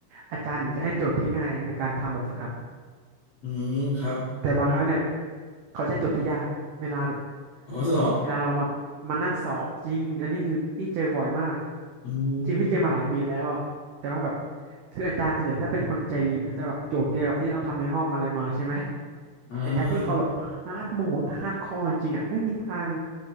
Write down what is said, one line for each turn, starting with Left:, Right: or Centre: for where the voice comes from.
Right: อาจารย์เนี่ยจะให้โจทย์ที่ง่ายในการทำแบบฝึกหัด
Left: อืมครับ
Right: แต่บางครั้งเนี่ยเขาใช้โจทย์ที่ยากเวลาแบบ
Left: ข้อสอบ
Right: เวลาเรามามานั่งสอบจริงอันนี้คือพี่เจอบ่อยมาก
Left: อืม
Right: จริงๆพี่เจอมาหลายปีแล้วอ่ะแต่ว่าแบบคืออาจารย์ส่วนใหญ่ถ้าเป็นคนใจดีเขาจะแบบโจทย์เดียวกับที่เราทำในห้องอะไรมาใช่ไหม
Left: อ่า
Right: อาจารย์ที่เขาแบบฮาร์ดโหมดฮาร์ดคอร์จริงๆอ่ะไม่มีทาง